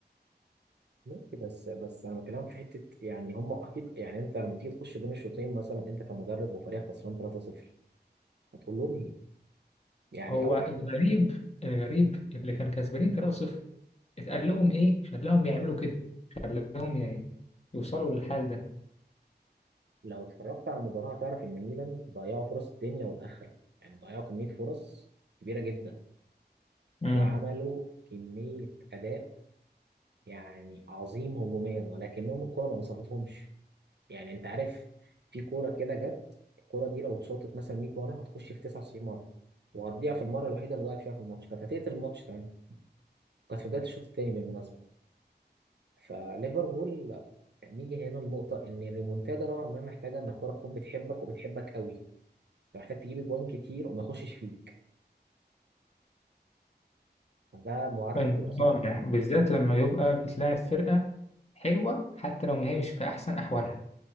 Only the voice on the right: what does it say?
ماشي بس بس انا بكلمك في حته يعني هم اكيد يعني انت لما تيجي تخش بين الشوطين مثلا انت كمدرب وفريق خسران 3 0 هتقول لهم ايه؟ يعني
اول
لو اتفرجت على المباراة هتعرف إن ميلان ضيعوا فرص الدنيا والآخرة يعني ضيعوا كمية فرص كبيرة جدا
وعملوا كمية أداء يعني عظيم هجوميا ولكنهم الكرة ما انصفتهمش يعني أنت عارف في كورة كده جت الكورة دي لو اتشاطت مثلا 100 مرة هتخش في 99 مرة وهتضيع في المرة الوحيدة اللي ضاعت فيها في الماتش كانت هتقتل الماتش تمام كانت في بداية الشوط الثاني بالمناسبة فليفربول نيجي هنا النقطة إن الريمونتادا نوعا ما محتاجة إن الكورة تكون بتحبك وبتحبك قوي انت محتاج تجيب اجوان كتير وما يخشش فيك فده معادله
بتبقى صعبه